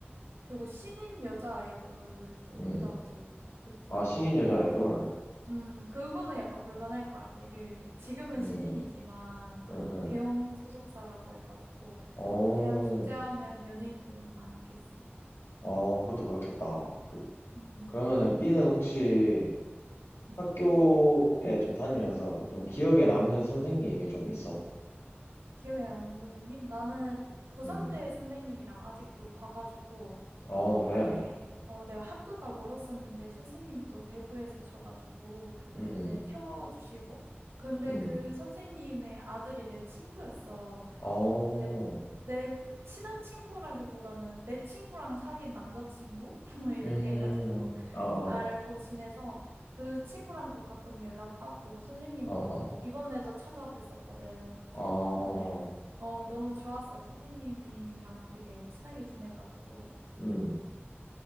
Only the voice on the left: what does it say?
음.
아, 신인 여자 아이돌?
음,
응, 응.
어,
어, 그것도 그렇겠다.
그러면은 B는 혹시
학교에 좀 다니면서 좀 기억에 남는 선생님이 좀 있어?
음.
어, 그래.
음,
음.
어,
음,
어, 어,
어,
어, 어,
음,